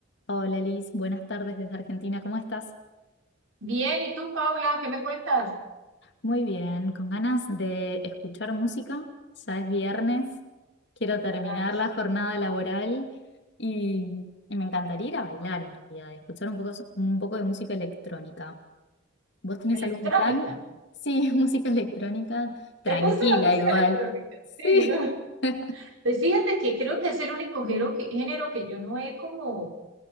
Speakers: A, on the left (about 60°); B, on the right (about 80°).
A: Hola Liz, buenas tardes desde Argentina, ¿cómo estás?
B: Bien, ¿y tú, Paula, qué me cuentas?
A: Muy bien, con ganas de escuchar música, ya es viernes, quiero terminar
B: Ay,
A: la jornada laboral y, y me encantaría ir a bailar en realidad, y escuchar un poco, un poco de música electrónica. ¿Vos tenés
B: electrónica.
A: algún plan? Sí, <laughs> música electrónica, tranquila
B: ¿Te gusta la música
A: igual.
B: electrónica?
A: Sí,
B: Sí, ¿no?
A: <laughs>
B: Pues fíjate que creo que es el único género que, género que yo no he como,